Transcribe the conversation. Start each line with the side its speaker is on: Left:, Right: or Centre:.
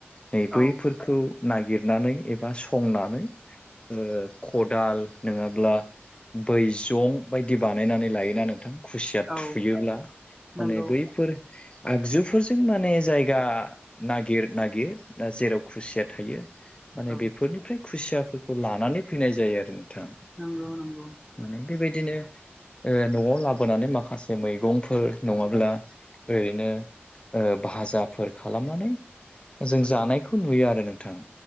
Left: नै
Centre: औ
Left: बैफोरखौ नागिर। सिनायनानै एबा संनानै ओ खदाल नङाब्ला। बैजं बायदि बानायनानै लायोना नोंथां खुसिया
Centre: औ
Left: थुयोब्ला माने
Centre: नंगौ
Left: बैफोर आगजुफोरजों माने जाय गा नागिर नागिरा जेराव खुसिया थायो माने
Centre: औ
Left: बेफोरनिफ्राय खुसियाफोरखौ लानानै फैनाय जायो आरो नोंथां
Centre: नंगौ नंगौ
Left: माने बेबायदिनो नआव लाबोनानै माखासे मैगं। फोर नङाब्ला ओरैनो भाजा। -फोर खालामनानै जों जानायखौ नुयो आरो नोंथां।